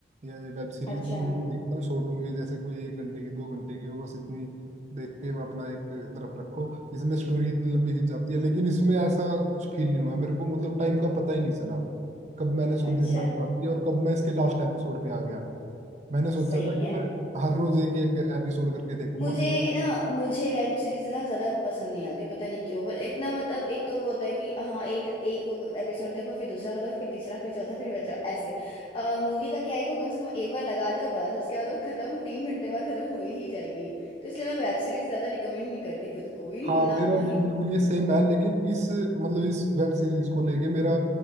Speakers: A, on the right; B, on the left.
A: या ये वेब सीरीज
B: अच्छा
A: मैं मूवी देखता हूँ शॉर्ट मूवी जैसे कोई एक घंटे की दो घंटे की वो बस इतनी देख के वो अपना एक तरफ रखो इसमें स्टोरी इतनी लंबी खिंच जाती है लेकिन इसमें ऐसा कुछ फील नहीं हुआ मेरे को मतलब टाइम का पता ही नहीं चला कब मैंने इसको
B: अच्छा
A: देखना स्टार्ट किया और कब मैं इसके लास्ट एपिसोड पे आ गया मैंने सोचा
B: सही
A: था कि
B: है
A: मैं हर रोज एक एक एपिसोड करके देखूंगा
B: मुझे ना मुझे वेब सीरीज ना ज्यादा पसंद नहीं आती पता नहीं क्यों पर एक ना मतलब एक तो वो होता है कि हाँ एक एक एपिसोड देखो फिर दूसरा करो फिर तीसरा फिर चौथा फिर बचा ऐसे और मूवी का क्या है कि वो कम से कम एक बार लगा दो बस उसके बाद वो खत्म तीन घंटे बाद खत्म हो ही जाएगी तो इसलिए मैं वेब सीरीज ज्यादा रिकमेंड नहीं करती खुद को भी
A: हाँ
B: ना
A: मेरा
B: ही
A: भी बिल्कुल ये सेम है लेकिन इस मतलब इस वेब सीरीज को लेके मेरा